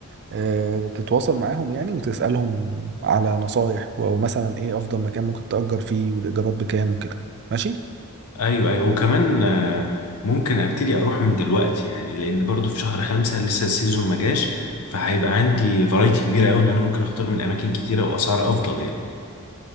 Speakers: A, on the right (about 50°); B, on the left (about 85°).
A: آه، تتواصل معاهم يعني وتسألهم على نصايح و- او مثلا ايه افضل مكان ممكن تأجر فيه والايجارات بكام وكده ماشي
B: ايوه ايوه وكمان آه، ممكن ابتدي اروح من دلوقتي يعني لان برضو في شهر خمسة لسه السيزون ما جاش فهيبقى عندي فرايتي كبيرة قوي ان انا ممكن اختار من اماكن كتيرة واسعار افضل يعني